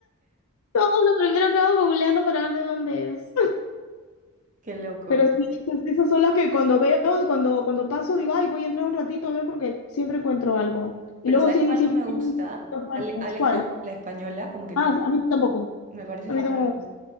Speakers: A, on the left; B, on the right.
A: Todo lo primero que hago es googlearlo para ver de dónde es.
B: Qué loco.
A: Pero sí, esas, esas son las que cuando veo, cuando, cuando paso, digo, ay, voy a entrar un ratito a ver porque siempre encuentro algo. Y
B: Pero
A: luego
B: ¿sabes
A: siem-
B: cuál
A: siempre,
B: no me gusta?
A: tienen distintas marcas.
B: Ale- Alejo,
A: ¿Cuál?
B: la española, como que
A: Ah,
B: no,
A: a mí tampoco.
B: me parece
A: A
B: fatal.
A: mí tampoco.